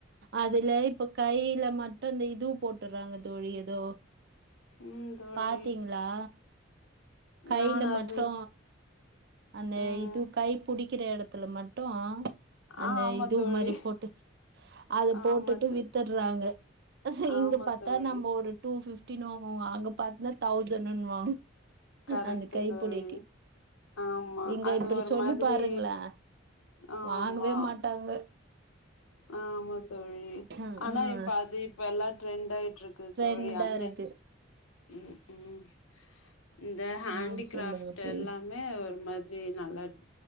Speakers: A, on the right; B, on the left.
A: அதுல இப்ப கையில மட்டு இந்த இது போட் டுறாங்க தோழி ஏதோ
B: ம் தோழி
A: பாத்தீங்களா கையில
B: நான் அது
A: மட்டு அந்த
B: ம்
A: இது கை புடிக்கிற இடத்துல மட்டு அந்த
B: ஆமா
A: இதுவு
B: தோழி
A: மாரி போட்டு அத
B: ஆமா
A: போட்டுட்டு
B: தோழி
A: வித்துட்றாங்க செ
B: ஆமா
A: இங்க பாத்தா
B: தோழி
A: நம்ம ஒரு டூ பிஃப் டினுவாங்க அங்க பார்த்தா தௌசன்னுவாங்க
B: கரெக்ட்டு
A: அந்த கைப்புடிக்கி
B: தோழி ஆமா
A: இங்க
B: அது
A: இப்டி
B: ஒரு
A: சொல்லி
B: மாதிரி
A: பாருங்களா
B: ஆமா
A: வாங்கவே மாட்டாங்க
B: ஆமா தோழி
A: ம்
B: ஆனா
A: ம்
B: இப்ப அது இப்பெல்லா ட்ரெண்ட் ஆயிட்ருக் கு
A: ட்ரெண்டா
B: தோழி அந்த
A: இருக்கு
B: ம் ம் இந்த ஹேண்டிகிராஃப்ட்
A: ம் சொல்லுங்க தோழி
B: எல்லாமே ஒரு மாதிரி நல்லத்